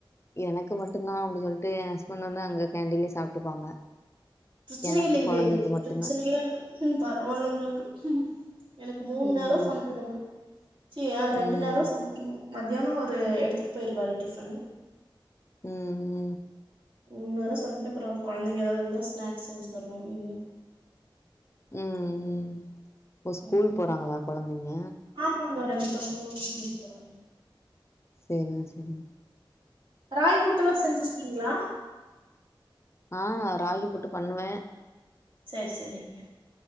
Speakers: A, on the left; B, on the right.
A: எனக்கு மட்டுதா அப்டி சொல்ட்டு எ ஹஸ்பண்ட் வந்து அங்க கேன்டின்லே சாப்ட்டுப்பாங்க
B: பிரச்சனைல்லைங்களே
A: எனக்கு கொழந்தைக்கு மட்டுந்தா
B: பிரச்சனையேல்ல பரவால்ல உங்களுக்கு எனக்கு மூண்
A: ம்
B: நேரோ சமைக்கணுல சீ ரெண்டு
A: ம்
B: நேரோ சமைக்கணு மத்தியானோ ஒரு எடுத்துட் போய்ருவாரு டிஃபன்
A: ம் ம்
B: இன்னு வர சமைக்கல ப்ரோ கொழந்தைங்க எதாவது வந்தா ஸ்நாக்ஸ் செஞ்சு தரணு ஈவ்னிங்
A: ம் ம் ஓ ஸ்கூல்
B: ம்
A: போறாங்களா கொழந்தைங்க
B: ஆமாங்க ரெண்டு பசங்களு ஸ்கூல் போறாங்க
A: சரிங்க சரிங்க
B: ராய் ஃபுட்டல்லா செஞ்சிருக்கீங்களா
A: ஆ ராகி புட்டு பண்ணுவ
B: சரி சரிங்க